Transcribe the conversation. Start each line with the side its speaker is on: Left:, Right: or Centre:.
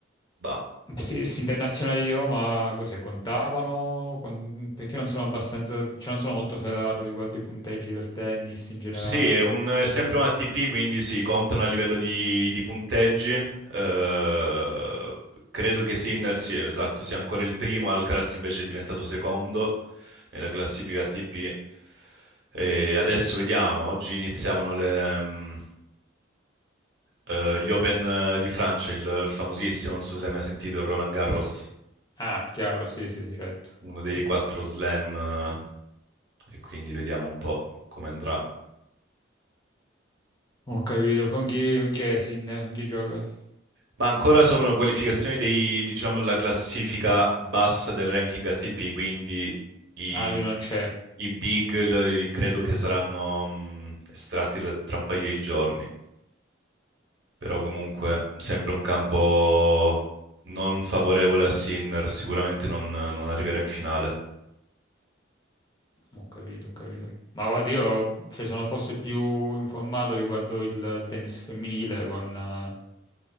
Right: bah.
Left: Ma Se, se internazionali di Roma, cos'è, contavano? Con- Perché non sono abbastanza, cioè non sono molto ferrato riguardo i punteggi del tennis in generale.
Right: Sì, è, un- è
Left: Per-
Right: sempre un ATP, quindi si contano a livello di, di punteggi. Eh, credo che Sinner, sì, esatto, sia ancora il primo, Alcaraz invece è diventato secondo nella classifica ATP. E adesso vediamo, oggi iniziavano le, mm, eh, gli Open eh, di Francia, il famosissimo, non so se l'hai mai sentito, il Roland Garros.
Left: Ah, chiaro, sì, sì, certo,
Right: uno
Left: certo.
Right: dei quattro slam eh, e quindi vediamo un po' come andrà.
Left: Ho capito. Con chi, con chi è Sinner? Con chi gioca?
Right: Ma ancora sono qualificazioni dei, diciamo, la classifica bassa del ranking ATP, quindi i,
Left: Ah, lui non c'è.
Right: i big lo- i- credo che saranno mh, estratti tra tra un paio di giorni. Però comunque sempre un campo non favorevole a Sinner, sicuramente non, non arriverà in finale.
Left: Ho capito, ho capito. Ma guarda, io cioè, sono forse più informato riguardo il, il tennis femminile con, eh,